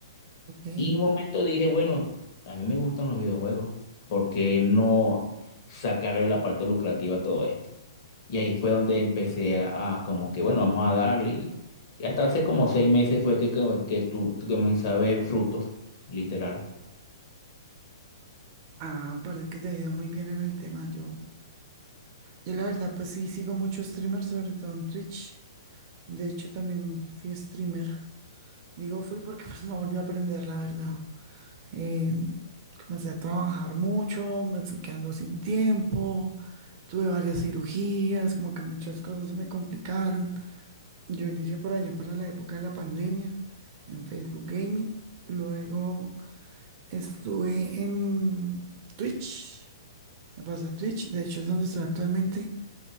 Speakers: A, on the right; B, on the left.
A: Ok.
B: Y un momento dije, bueno, a mí me gustan los videojuegos, ¿por qué no sacarle la parte lucrativa a todo esto? Y ahí fue donde empecé a, a como que, bueno, vamos a darle. Y, y hasta hace como seis meses fue que, que, que tu- que comencé a ver frutos, literal.
A: Ah, parece que te ha ido muy bien en el tema. Yo, yo la verdad, pues sí, sigo muchos streamers, sobre todo en Twitch. De hecho, también fui streamer. Digo, fui porque pues no volví a aprender, la verdad. Eh, comencé a trabajar mucho, me fui quedando sin tiempo, tuve varias cirugías, como que muchas cosas se me complicaron. Yo inicié por allá para la época de la pandemia en Facebook Gaming. Luego estuve en Twitch. Me pasé a Twitch, de hecho es donde estoy actualmente.